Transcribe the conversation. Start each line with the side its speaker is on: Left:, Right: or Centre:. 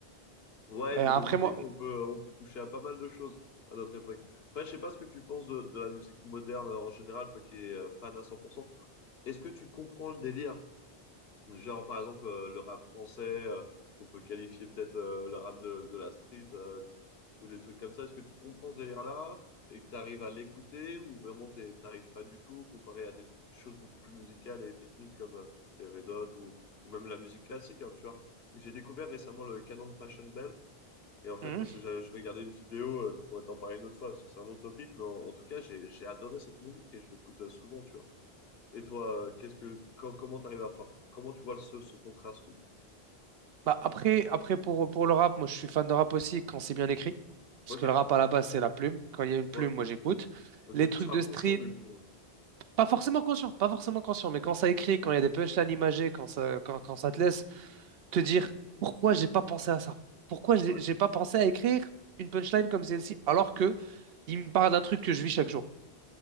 Left: Ouais,
Right: Et
Left: niveau
Right: après,
Left: musique,
Right: moi,
Left: on peut, on peut toucher à pas mal de choses à notre époque. Après, je sais pas ce que tu penses de, de la musique moderne en général, toi qui es euh, fan à cent pour cent Est-ce que tu comprends le délire? Genre, par exemple, euh, le rap français, euh, qu'on peut qualifier peut-être euh, le rap de, de la street, euh, d- ou des trucs comme ça. Est-ce que tu comprends ce délire-là et que tu arrives à l'écouter, ou vraiment t'es- t'arrives pas du tout, comparé à des choses beaucoup plus musicales et techniques comme euh, les Red Hot ou, ou même la musique classique, hein, tu vois. J'ai découvert récemment le canon de Passion Bell, et en fait,
Right: Hmm.
Left: parce que j'avais- je regardais une vidéo, euh, je pourrais t'en parler une autre fois, parce que c'est un autre topic, mais en, en tout cas, j'ai j'ai adoré cette musique et je l'écoute euh, souvent, tu vois. Et toi, euh, qu'est-ce que, co- comment t'arrives à la fin? Comment tu vois ce, ce contraste du coup?
Right: bah après, après pour, pour le rap, moi je suis fan de rap aussi quand c'est bien écrit, parce
Left: Ok.
Right: que le rap à la base, c'est la plume. Quand il y a une plume,
Left: Ouais,
Right: moi j'écoute.
Left: ok. Donc
Right: Les
Left: t'es plus
Right: trucs
Left: rap
Right: de street,
Left: conscient du coup.
Right: pas forcément conscient, pas forcément conscient, mais quand ça écrit, quand il y a des punchlines imagées, quand ça, quand, quand ça te laisse te dire pourquoi j'ai pas pensé à ça? Pourquoi j'ai
Left: Ouais.
Right: j'ai pas pensé à écrire une punchline comme celle-ci alors que il me parle d'un truc que je vis chaque jour.